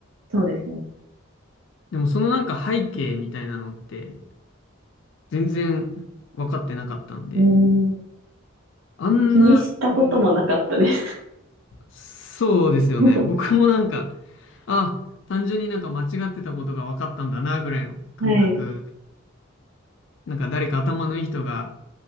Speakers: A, on the right (about 75°); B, on the left (about 60°).
A: そうですね。
B: でもそのなんか背景みたいなのって全然分かってなかったんで、
A: うーん。
B: あんな、
A: 気にしたこともなかったです。
B: こう、そうですよね。
A: <laughs> は
B: 僕もなんかあ、単純になんか間違ってたことが分かったんだな、ぐらいの感覚。
A: い、
B: なんか誰か頭のいい人が、